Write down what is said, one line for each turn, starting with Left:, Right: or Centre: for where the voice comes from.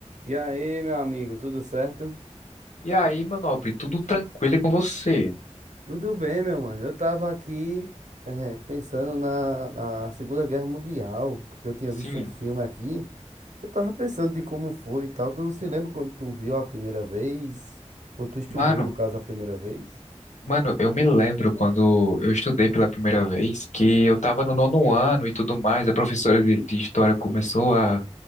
Right: E aí, meu amigo, tudo certo?
Left: E aí, meu nobre, tudo tranquilo com você?
Right: Tudo bem, meu mano. Eu tava aqui eh, pensando na, na Segunda Guerra Mundial, porque eu tinha
Left: Sim.
Right: visto um filme aqui. Eu tava pensando de como foi e tal. Tu se lembra quando tu viu a primeira vez? Quando tu estudou,
Left: Mano,
Right: no caso, a primeira vez?
Left: mano, eu me lembro quando eu estudei pela primeira vez que eu tava no nono ano e tudo mais, a professora de, de história começou a,